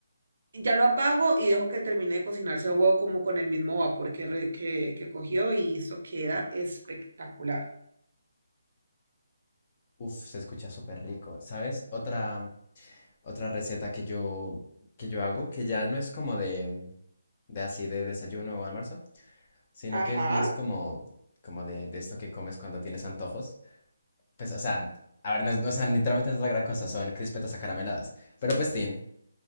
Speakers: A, on the right; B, on the left.
A: y ya lo apago y dejo que termine de cocinarse el huevo como con el mismo vapor que, re- que, que cogió y eso queda espectacular.
B: Uf, se escucha súper rico. ¿Sabes? Otra, Otra receta que yo, que yo hago, que ya no es como de, de así de desayuno o almuerzo, sino
A: Ajá,
B: que es más como, como de, de esto que comes cuando tienes antojos. Pues, o sea, a ver, no, es- no, o sea, literalmente no es la gran cosa, son crispetas acarameladas. Pero pues, tin.